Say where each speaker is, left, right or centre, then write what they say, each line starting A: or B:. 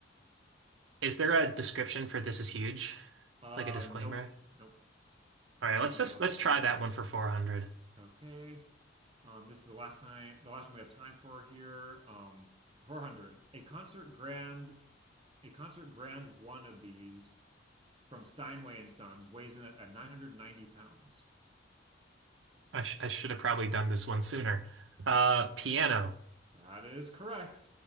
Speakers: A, on the right; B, on the right.
A: Is there a description for this is huge?
B: Uh,
A: Like a disclaimer?
B: nope, nope.
A: All right, let's
B: None of
A: just
B: them have
A: let's
B: disclaimers.
A: try that one for 400.
B: Okay. Um, this is the last time, the last one we have time for here. Um, 400. A concert grand, a concert grand one of these from Steinway and Sons weighs in at 990 pounds.
A: I sh I should have probably done this one sooner. Uh, piano.
B: That is correct.